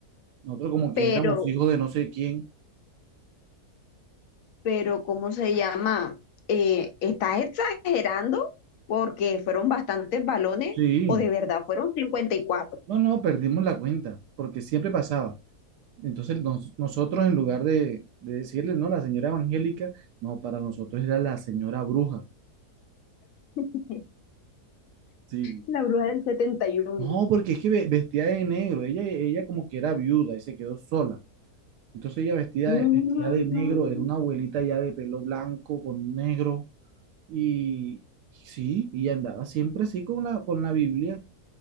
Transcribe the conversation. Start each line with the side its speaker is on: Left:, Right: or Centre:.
Right: Nosotros como que
Left: Pero,
Right: éramos hijos de no sé quién.
Left: pero, ¿cómo se llama? Eh, ¿estás exagerando? Porque fueron bastantes balones
Right: Sí,
Left: o de verdad fueron cincuenta y cuatro.
Right: no, no, perdimos la cuenta, porque siempre pasaba. Entonces nos- nosotros en lugar de, de decirle, no, la señora evangélica, no, para nosotros era la señora bruja.
Left: <laughs>
Right: Sí.
Left: La bruja del 71.
Right: No, porque es que ve- vestía de negro. Ella, ella como que era viuda y se quedó sola. Entonces ella vestida
Left: Mm,
Right: de, vestida de negro, era una abuelita ya de pelo blanco con negro y sí, y andaba siempre así con la, con la Biblia.